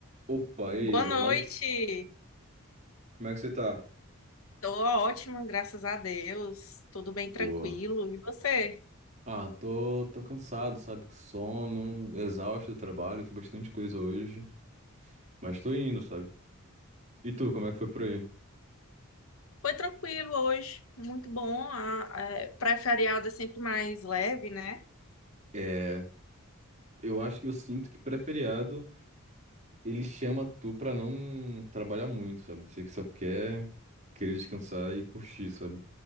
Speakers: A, on the right; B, on the left.
A: Opa, e
B: Boa
A: aí, boa
B: noite.
A: noite. Como é que você tá?
B: Tô ótima, graças a Deus. Tudo bem tranquilo.
A: Boa.
B: E você?
A: Ah, tô, tô cansado, sabe? Sono, exausto do trabalho, fiz bastante coisa hoje, mas tô indo, sabe? E tu, como é que foi por aí?
B: Foi tranquilo hoje, muito bom. A- é, Pré-feriado é sempre mais leve, né?
A: É, eu acho que eu sinto que pré-feriado ele chama tu pra não trabalhar muito, sabe? Você que só quer querer descansar e curtir, sabe?